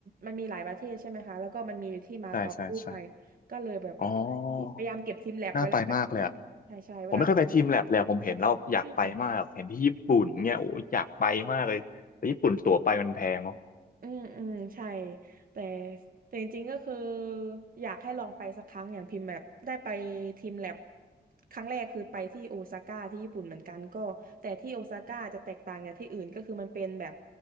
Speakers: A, on the right; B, on the left.
A: มันมีหลายประเทศใช่ไหมคะแล้วก็มันมีที่มาเก๊าด้วยก็เลยแบบไป
B: ใช่ใช่ใช่อ๋อ
A: พยายามเก็บทีมแลบเวลาแบบ
B: น่าไปมากเลยอะ
A: ใช่ใช่เวลา
B: ผมไม่เคยไปทีมแลบเลยอะผมเห็นแล้วอยากไปมากเห็นที่ญี่ปุ่นเนี่ยโอ้ยอยากไปมากเลยแต่ญี่ปุ่นตั๋วไปมันแพงเนาะ
A: อืม อืมอืมใช่แต่แต่จริงๆก็คืออยากให้ลองไปสักครั้งอย่างพิมพ์แบบได้ไปทีมแลบครั้งแรกคือไปที่โอซาก้าที่ญี่ปุ่นเหมือนกันก็แต่ที่โอซาก้าจะแตกต่างจากที่อื่นก็คือมันเป็นแบบ